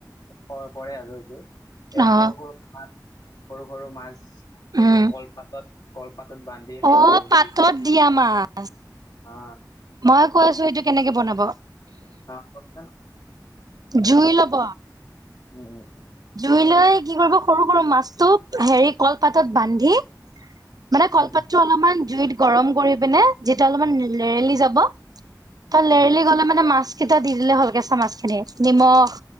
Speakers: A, on the left; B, on the right.
A: প-পৰে আৰু এইটো। এ
B: অ
A: সৰু সৰু ভাত, সৰু সৰু মাছ এইটো
B: উম
A: কলপাতত কলপাতত বান্ধি হালধি
B: অ পাতত দিয়া মাছ
A: আ
B: মই কৈ আছো সেইটো কেনেকে বনাব
A: আ, কওকচোন
B: জুইলব
A: উম উম উম।
B: জুই লৈ কি কৰিব সৰু সৰু মাছটো হেৰি কলপাতত বান্ধি মানে
A: উম
B: কলপাতটো
A: উম উম
B: অলপমান জুইত গৰম কৰি পিনে যেতিয়া অলপমান লেৰেলি যাব তাত লেৰলি
A: উম উম
B: গ'লে মানে মাছ চিধা দি দিলে হল, কেচা মাছ খিনি নিমখ